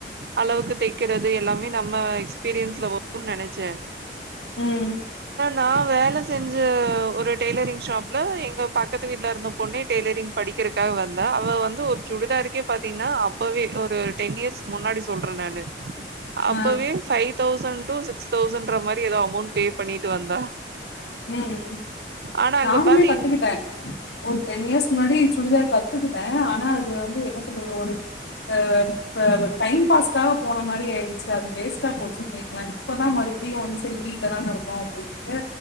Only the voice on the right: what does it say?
அளவுக்கு ருக்கிறது எல்லாமே நம்ம எக்ஸ்பீரியன்ஸ்ல வருனு நனச்சே
நா வேல செஞ்ச ஒரு டெய்லரிங் ஷாப்ல எங்க பக்கத்து வீட்ல இருந்த பொண்ணே டெய்லரிங் படிக்கிறக்காக வந்தா அவ வந்து ஒரு சுடிதாருக்கே பாத்தீங்கன்னா அப்பவே ஒரு டென் இயர்ஸ் முன்னாடி சொல்ற நானு அப்பவே
ஃபைவ் தௌசண்ட் டு சிக்ஸ் தௌசண்ட்ன்ற மாரி எதோ அமௌண்ட் பே பண்ணிட்டு வந்தா
ஆனா
அங்க பாத்தீங்கன்னா